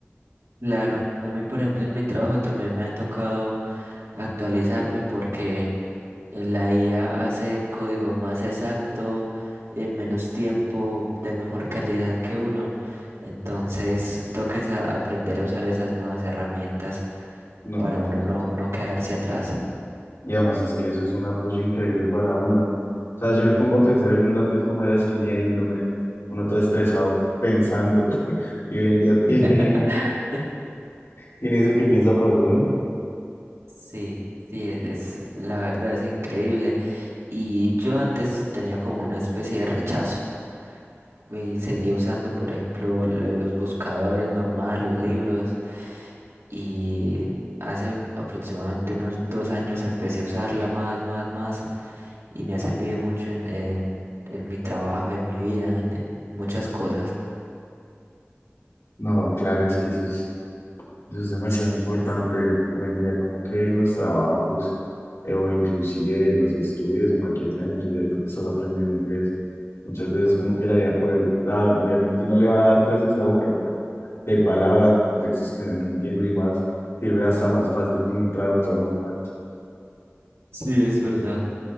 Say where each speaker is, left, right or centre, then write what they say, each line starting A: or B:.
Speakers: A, on the right; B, on the left.
A: Claro, a mí por ejemplo en mi trabajo también me ha tocado actualizarme porque eh, La IA hace código más exacto, en menos tiempo, de mejor calidad que uno. Entonces, toques a aprender a usar esas nuevas herramientas
B: No,
A: para
B: claro.
A: uno no, no quedarse atrás.
B: Y además es que eso es un apoyo increíble para uno. O sea, yo me pongo a pensar el mundo antes como era sin IA y uno me, uno todo estresado pensando <laughs> y hoy en día tiene,
A: <laughs>
B: tiene eso que piensa por uno.
A: Sí, sí, es, es- la verdad es increíble. Y yo antes tenía como una especie de rechazo y seguía usando, por ejemplo, l- los buscadores normales, los libros. y hace aproximadamente unos dos años empecé a usarla más, más, más y me ha servido mucho en, en, en mi trabajo, en mi vida, en, en muchas cosas.
B: No, claro, es que eso es, Eso es demasiado importante hoy en día, como que en los trabajos eh, o inclusive en los estudios, en cualquier tema, inclusive ahorita que estás aprendiendo inglés, muchas veces como que la idea puede, ah, obviamente no le va a dar clases a uno, pero de palabras o contextos que uno no entiende y más, sirve hasta más fácil que un traductor normal.
A: Sí, es verdad.